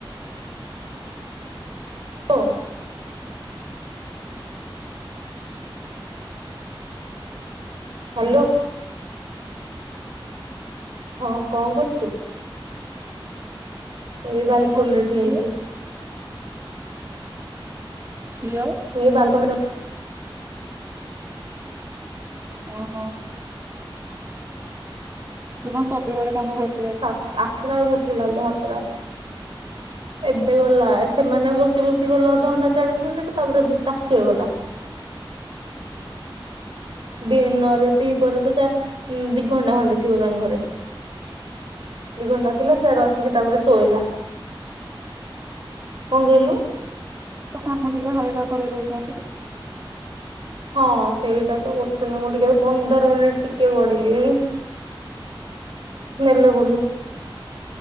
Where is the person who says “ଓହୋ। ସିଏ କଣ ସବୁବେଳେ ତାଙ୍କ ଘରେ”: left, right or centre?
Right